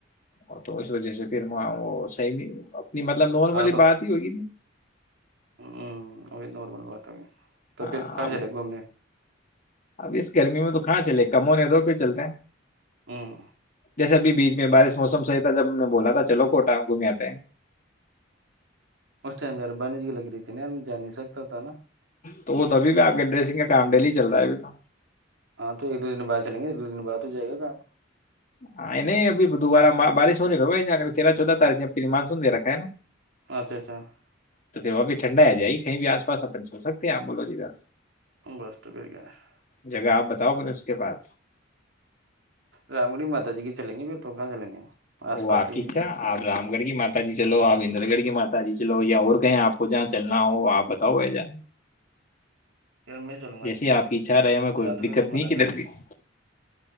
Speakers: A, on the left; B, on the right.
A: اور تو اس وجہ سے پھر وہ وہ صحیح بھی اپنی مطلب نارملی
B: ہاں تو
A: بات ہی ہوگی
B: ہ اھی نارمل بات ہے تو
A: ہاں
B: پھر کہاں
A: وہ
B: چلے گھومنے
A: اب اس گرمی میں تو کہاں چلے کم ہونے دو پھر چلتے ہیں
B: ہوں
A: ایسے بھی بیچ میں بارش موسم صحی تھا جب ہم نے بولا تھا چلو کوٹا گھوم آتے ہیں
B: اسٹائم یار بانجی لگی کتنے ہار میں جا نہیں سکتا تھا نا
A: تو وہ تو ابھی بھی آپ کے ڈریسنگ کا کام ڈیلی چل رہا ہے ابھی تو
B: ہاں تو ایک دو دن بعد چلیں گے ایک دو دن بعد ہو جائے گا کام
A: ہاں نہیں ابھی دوبارہ بارش ہونی ہو بھائی تیرہ چودہ تاریخ سے پ مانسون دے رکھا ہے نا
B: اچھا اچھا
A: تو پھر وہاں پہ ٹھنڈا آ جائے کہیں بھی آس پاس اپن چل سکتے ہیں آپ بولو جدھر
B: بس تو پھر کیا ہے
A: جگہ آپ بتاؤ بنے کے بعد
B: رام گڑھی ما جی کے چلیں گے پھر تو کہاں چل گے آس پاس
A: واقیھا
B: ٹھیک
A: آپ رام گڑھ کی ماتا جی چلو آپ اندر گڑھ کی مات جی چلو یا اور کہیں آپ کو جہاں چلنا ہو آپ بتاؤ بھائی جان
B: پھر میں چلوں گا
A: جیسے آپ کی اچھا رہے ہمیں کوئی
B: یا تو پھر
A: دقت
B: تو منع
A: نہیں کدھر
B: کرتے
A: بھی <inaudible>